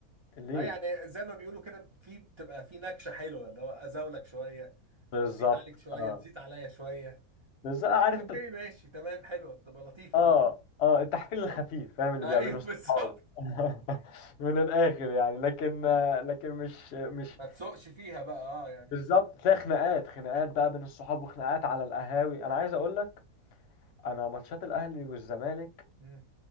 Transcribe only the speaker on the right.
أه يعني زي ما بيقولوا كده في بتبقى في نكشة حلوة اللي هو أزاولك شوية
أزيط عليك شوية
تزيط عليا شوية
اتس
اوكي
ماشي تمام حلوة بتبقى لطيفة
<laughs> أيوه
بالظبط
ما تسوقش فيها بقى أه يعني
مم.